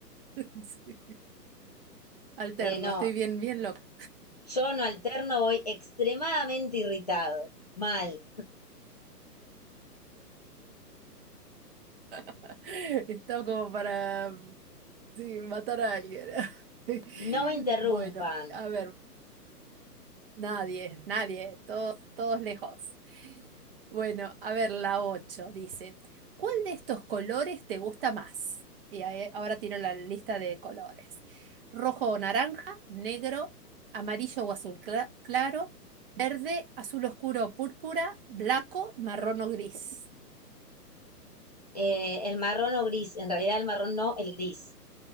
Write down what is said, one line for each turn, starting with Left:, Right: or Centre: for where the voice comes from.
Right: <laughs> Sí. Alterno,
Left: Eh, no,
Right: estoy bien, bien loca.
Left: yo no alterno, voy extremadamente irritado. Mal.
Right: <laughs> Estaba como para, sí, matar a alguien. <laughs>
Left: No me interrumpan.
Right: Bueno, a ver. Nadie, nadie, todos, todos lejos. Bueno, a ver, la 8 dice, ¿cuál de estos colores te gusta más? Y ahí- ahora tiro la lista de colores. Rojo o naranja, negro, amarillo o azul cla- claro, verde, azul oscuro o púrpura, blanco, marrón o gris.
Left: Eh, el marrón o gris. En realidad el marrón no, el gris.